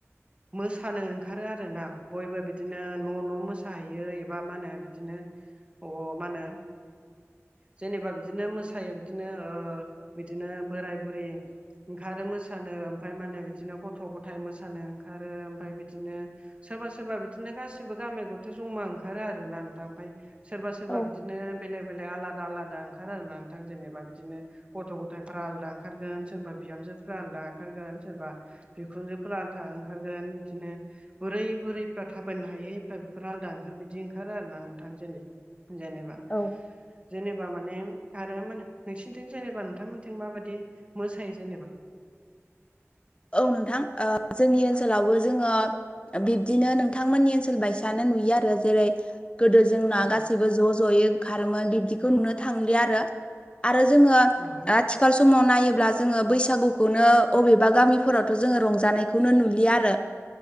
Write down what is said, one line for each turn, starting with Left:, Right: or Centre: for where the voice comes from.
Right: मोसानो ओंखारो आरोना बयबो बिदिनो न' न' मोसाहैयो एबा मा होनो बिदिनो अ मा होनो जेनेबा बिदिनो मोसायो बिदिनो ओ बिदिनो बोराय बुरि ओंखारो मोसानो ओमफाय मानो बिदिनो गथ' गथाइ मोसानो ओंखारो ओमफाय बिदिनो सोरबा सोरबा बिदिनो गासिबो गामिया गथे जमा ओंखारो आरोना नोंथां ओमफाय सोरबा सोरबा
Left: औ
Right: बिदिनो बेलेग बेलेक आलादा आलादा ओंखार आर नोंथां जेनेबा बिदिनो गथ' गथायफ्रा आलदा ओंखारगोन सोरबा बिहामजोफ्रा आलदा ओंखारगोन सोरबा बिखुनजोफोरा आथा ओंखारगोन बिदिनो बोरै बुरैफ्रा थाबायनो हायैफ्रा बेफोर आलादा ओंखारो बिदि ओंखारो आरोना नोंथां जो जेनेबा
Left: औ
Right: जेनेबा माने आरो मा होनो नोंसिनिथिं जेनेबा नोंथांमोनथिं माबायदि मोसायो जेनेबा
Left: औ नोंथां ओ जोंनि ओनसोलावबो जोङो बिब्दिनो नोंथांमोननि ओनसोल बायसानो नुयो आरो जेरै गोदो जोंना
Right: औ
Left: गासैबो ज' ज'यै ओंखारोमोन बिब्दिखौ नुनो थांलिया आरो आरो जोङो
Right: औ
Left: आथिखाल समाव नायोब्ला जोङो बैसागुखौनो अबेबा गामि फोरावथ' जोङो रंजानायखौनो नुलिया आरो